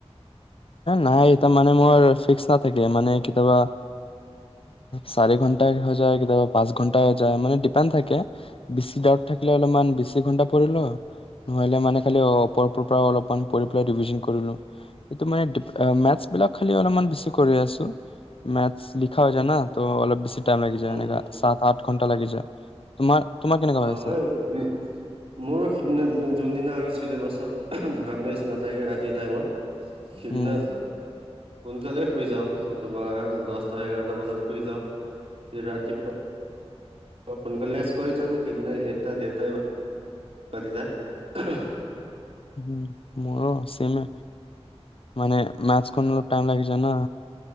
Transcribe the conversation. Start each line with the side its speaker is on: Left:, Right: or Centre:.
Left: নাই এ মানে মোৰ ফিক্স নাথাকে মানে কেতিয়াবা চাৰি ঘন্টা হৈ যায় কেতিয়াবা পাঁচ ঘন্টা হৈ যায় মানে ডিপেণ্ থাকে বেছিা থাকিলে অলপমান বেছি ঘন্টা পৰিলো নহলে মানে খ পৰ পৰা অলপেলাইভি কৰিলো সেইটো মানে মেটছ বিলাক খালি অলপমান বেছি কৰি আছো মেথছ লিখা
Right: হয়,
Left: হৈ
Right: হয়,
Left: যায় ন তো অলপ বেছি টাইম লাগি যায়
Right: উম,
Left: মনে সাত আঠ ঘণ্টা লাগি যায় তোমাৰ তোমাৰ কেনেকা
Right: অ'
Left: হৈ আছে
Right: এই উ মোৰ সিদিনা যোনদিনা আৰু চিলেবাছত ধৰা মেচ নাথাকে ৰাতি টাইমত সেইদিনা
Left: উম
Right: সোনকালে শুই যাওঁ তোমাৰ দচটা এঘাৰটা বজাত শুই যাওঁ তে ৰাতিপুৱা সোনকালে এচ কৰি থাকো সেইদিনা একটা দেৰটা বাজি যায়
Left: উম মোৰ চেমে মানে মেথচখন অলপ টাইম লাগি যায় না